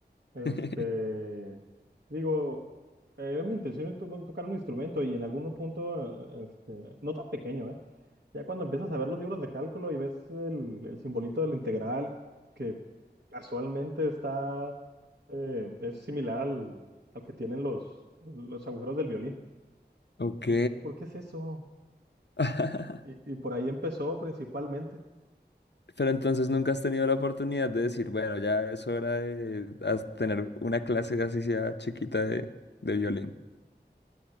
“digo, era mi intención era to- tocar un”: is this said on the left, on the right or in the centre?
Right